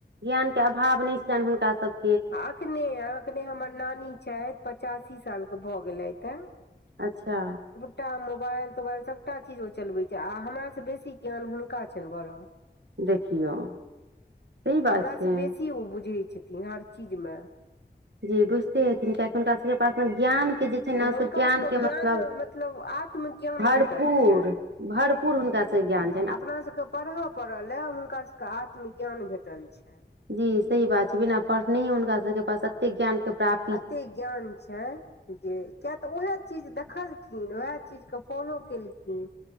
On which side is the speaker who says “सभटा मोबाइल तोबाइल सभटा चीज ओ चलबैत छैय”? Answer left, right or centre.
Left